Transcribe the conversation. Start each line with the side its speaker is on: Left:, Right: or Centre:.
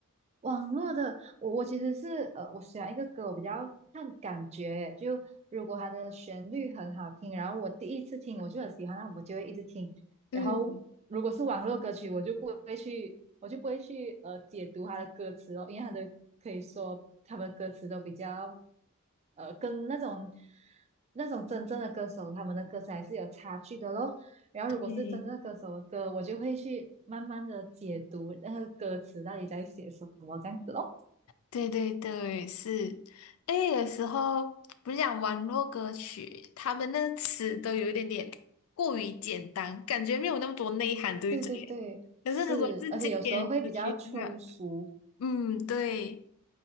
Right: 网络的，我我其实是呃，我选一个歌，我比较看感觉，就如果它的旋律很好听，然后我第一次听我就很喜欢，那我就会一直听。然后如果是网络歌曲，
Left: 嗯，
Right: 我就不会去，我就不会去呃解读它的歌词哦，因为它的可以说他们的歌词都比较呃跟那种那种真正的歌手他们的歌词还是有差距的咯。然后如果是真正的歌手的歌，
Left: 对，
Right: 我就会去慢慢的解读那个歌词到底在写什么这样子咯。
Left: 对对对，是。哎，有时候不是讲网络歌曲，他们那词都有一点点过于简单，感觉没有那么多内涵，对不对？
Right: 对对对，
Left: 可是如果是经典歌曲的话，
Right: 是，而且有时候会比较粗俗。
Left: 嗯，对，